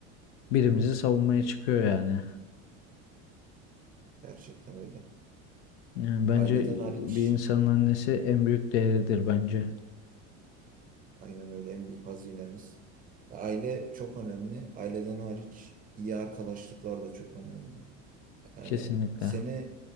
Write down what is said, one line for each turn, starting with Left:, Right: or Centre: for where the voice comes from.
Left: birimizi savunmaya çıkıyor yani.
Right: Gerçekten öyle.
Left: Yani bence
Right: Aileden hariç
Left: bir insanın annesi en büyük değeridir bence.
Right: Aynen öyle en büyük hazinemiz. Aile çok önemli. Aileden hariç iyi arkadaşlıklar da çok önemli. Yani
Left: Kesinlikle.
Right: seni